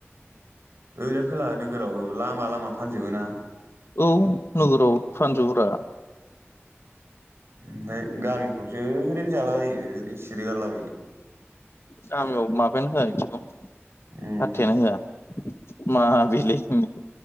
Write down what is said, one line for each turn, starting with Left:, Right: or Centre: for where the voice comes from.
Right: ओरै खोलाहा नोगोराव लामा लामा फानजोबो ना
Left: औ नोगोराव फानजोबोब्रा
Right: ओमफ्राय गामिफ्रावसो ओरैनो जालाबायो ओरैनो सिरिगारलाबायो
Left: गामिआव माबायानो होआ बिदिखौ
Right: उम
Left: फाथ्थायानो होआ मा बिलाय होनो